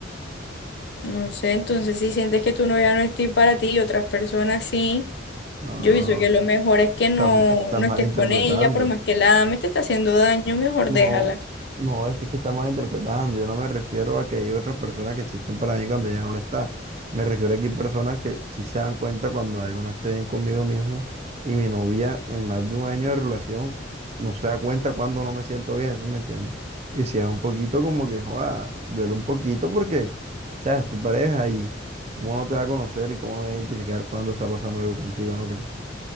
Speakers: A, on the left; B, on the right.
A: No sé, entonces si sientes que tu novia no es ti- para ti y otras personas sí.
B: No,
A: Yo
B: no,
A: pienso
B: no.
A: que lo mejor es que
B: Estás,
A: no,
B: ma- estás
A: no
B: malinterpretando.
A: estés con ella, por más que la ames, te está haciendo daño, mejor
B: No,
A: déjala.
B: no, es que está mal interpretando. Yo no me refiero a que hay otras personas que existen para mí cuando ya no lo está. Me refiero a que hay personas que sí se dan cuenta cuando algo no esté bien conmigo mismo. Y mi novia, en más de un año de relación, no se da cuenta cuando no me siento bien, ¿sí me entiendes? Y si es un poquito como que, joda, duele un poquito porque, o sea, es tu pareja y cómo no te va a conocer y cómo no va a identificar cuando está pasando algo contigo, ¿no crees?